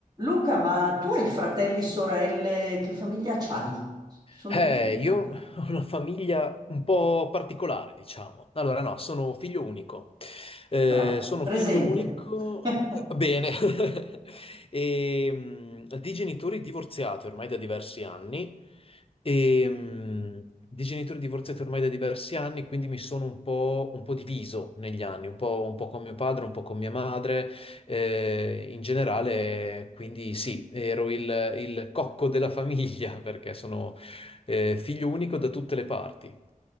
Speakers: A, on the right (about 30°); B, on the left (about 40°).
A: Luca, ma tu hai fratelli, sorelle, che famiglia c'hai? Sono
B: Eh,
A: tutti in Italia.
B: io ho una famiglia un po' particolare, diciamo. Allora, no, sono figlio unico. Eh,
A: Bravo.
B: sono
A: Presente.
B: figlio unico,
A: <laughs>
B: eh, bene, <laughs> e, mm, di genitori divorziati ormai da diversi anni. E, mm, di genitori divorziati ormai da diversi anni, quindi mi sono un po', un po' diviso negli anni, un po', un po' con mio padre, un po' con mia madre. Eh, in generale, quindi sì, ero il, il cocco della famiglia <laughs> perché sono eh, figlio unico da tutte le parti,